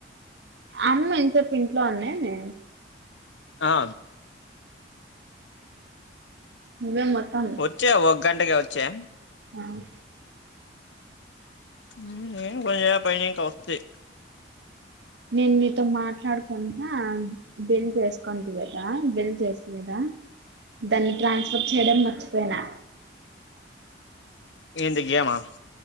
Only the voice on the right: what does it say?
అమ్మ ఇంతేప్ ఇంట్లో ఉందా ఏమి
నీవే మొత్తం
ఆహ్
నేను మీతో మాట్లాడుకుంన్నా బిల్ చేసుకోంటి గదా బిల్ జేసి గదా దాన్ని ట్రాన్స్ఫర్ చేయడం మర్చిపోయినా